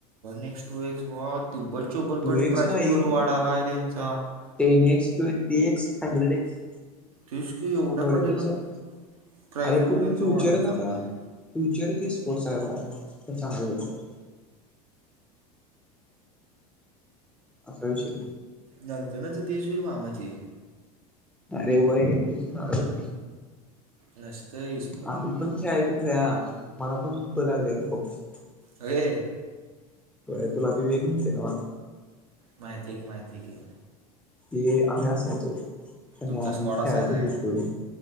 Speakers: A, on the right (about 70°); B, in the centre.
A: नेक्स्ट टू एक्स बत <unintelligible> त्युब्बल चो्ल
B: टू
A: पट
B: एक्स
A: प्रास
B: नाही
A: पल वाढाला आहे त्यांचा <unintelligible>
B: टेन एक्स ट्वेटी एक्स हंड्रेड एक्स <unintelligible>
A: तेच की एवढ्या
B: थोड्या
A: पटीनं
B: दिवसात
A: प्राईस
B: अरे
A: पूल
B: पूर्ण
A: त्यांचा
B: फ्युचरच
A: वाढत चालला
B: आता.
A: आहे
B: फ्युचर की स्पोर्ट्स आहे व तर चांगला होतात <unintelligible> असा विषय.
A: नंतर नंतर तेच होईल मा माझ <unintelligible>
B: अरे व्हय <unintelligible>
A: नसत इस
B: आम्ही पण खेळायचो ख आम्हाला पण ख लागलंय का पबजी <unintelligible>
A: अ वे
B: व्हय तुला ती वेग म्हणते ना,
A: माहिती घे माहिती घे.
B: हे आम्ही असायचो आणि
A: तुमचा
B: आम्ही
A: स्कॉड
B: खेळायच
A: असायचा काय
B: बुक करून.